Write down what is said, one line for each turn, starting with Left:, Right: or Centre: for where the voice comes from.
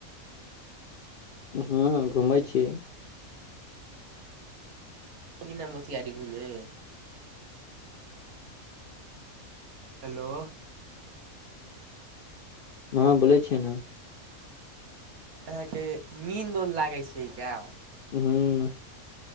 Left: हँ घुमै छियै
Right: की ना मोतिहारी घूमे हेलो
Left: हँ बोलै छियै न
Right: अहाँके नीन्द उंद लागैय छै का
Left: ह